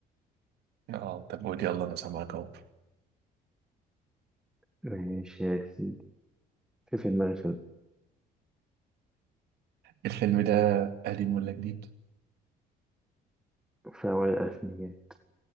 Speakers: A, on the right; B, in the centre.
A: اه طب قول يلا انا سامعك اهو
B: ماشي يا سيدي في في دماغي فيلم
A: الفيلم ده قديم ولا جديد
B: في أوائل الألفينيات